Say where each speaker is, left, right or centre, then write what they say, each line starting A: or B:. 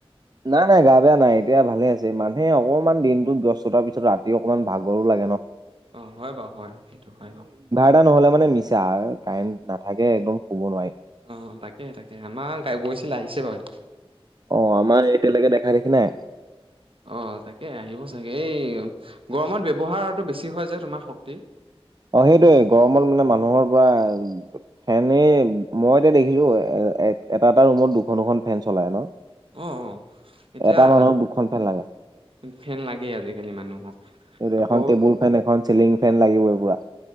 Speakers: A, on the right; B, on the right.
A: নাই নাই গা বেয়া নাই এতিয়া ভালে আছে মানুহে অকমান দিনটোো ব্যস্ততাৰ পিছত ৰাতি অকমান ভাগৰো লাগে ন
B: অ হয় বাৰু হয় সেইটো হয় বাৰু
A: এটা নহ'লে মানে মিছা কাৰেণ্ট নাথাকে একদম শুব নোৱাৰি
B: অ তাকেহে তাকে আমাৰ গ গৈছিল আহিছে বাৰু এতিয়া
A: অ আমাৰ এতিয়ালৈকে দেখা দেখি নাই
B: অ তাকে আহিব চাগে এই গৰমত ব্য্য়ৱহাৰটো বেছি হয় যে তোমাৰ শক্তি
A: অ সেইটয়ে
B: গতিকে
A: গৰমত মানে মানুহৰ পৰা ফেনেই। মই এতিয়া দেখিছো এ, এটা-এটা ৰুমত দুখন-দুখন ফেন চলাই ন?
B: অ'। এতিয়া
A: এটা মানুহক দুখন ফেন লাগে।
B: ফেন লাগেই আজিকালি মানুহক
A: এই
B: আকৌ
A: এখন টেবুল ফেন এখন চিলিং ফেন লাগিব এই পুৰা